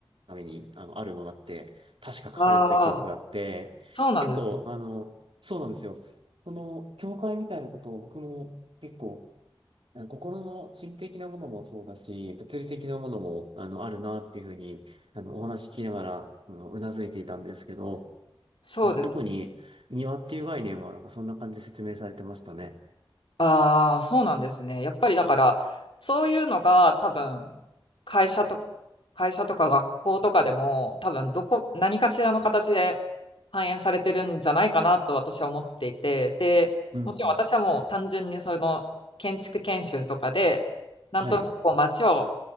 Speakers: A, on the right; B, on the left.
A: ために、あの、あるものだって、確か書かれてた記憶があって、
B: ああ、そうなんですね。
A: 結構、あの、そうなんですよ。この、教会みたいなことを僕も結構、なんか心の心的なものもそうだし、物理的なものも、あの、あるなっていうふうに、あの、お話聞きながら、あの、うなずいていたんですけど、
B: そうです。
A: なんか特に庭っていう概念は、なんかそんな感じで説明されてましたね。
B: ああ、そうなんですね。やっぱりだから、そういうのが多分、会社と、会社とか学校とかでも、多分、どこ、何かしらの形で反映されてるんじゃないかなと私は思っていて、で、
A: うん、
B: もちろん私はもう単純にその建築研修とかで、
A: うん。
B: なんとなくこう街を
A: はい。